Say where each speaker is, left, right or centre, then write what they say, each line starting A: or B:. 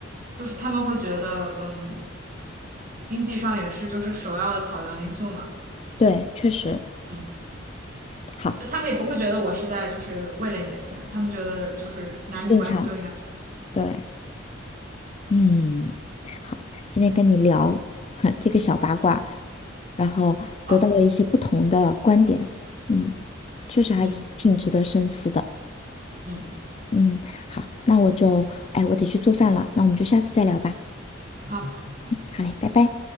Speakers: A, on the right; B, on the left.
A: 就是他们会觉得嗯，经济上也是就是首要的考量因素嘛，
B: 对，确实
A: 嗯，
B: 好，
A: 就他们也不会觉得我是在就是为了你的钱，他们觉得就是男女关系就应该是
B: 正常。对，嗯，好，今天跟你聊 <laughs> 这个小八卦，然后得到了一些不同的观点，
A: 好，
B: 嗯，确实还挺值得深思的。
A: 嗯嗯，
B: 嗯，好，那我就，哎，我得去做饭了，那我们就下次再聊吧。
A: 好。
B: 好嘞，拜拜。